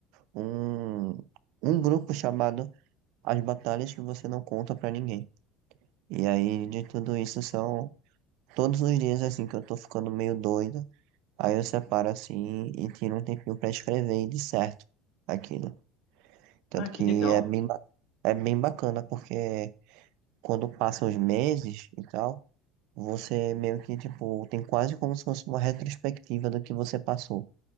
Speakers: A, on the right (about 70°); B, on the left (about 55°).
A: um, um grupo chamado As Batalhas que Você Não Conta Pra Ninguém. E aí de tudo isso são todos os dias assim que eu tô ficando meio doido. Aí eu separo assim e tiro um tempinho pra escrever de certo aquilo. Tanto
B: Ah,
A: que
B: que legal.
A: é bem, ba- é bem bacana porque quando passam os meses e tal, você meio que tipo tem quase como se fosse uma retrospectiva do que você passou,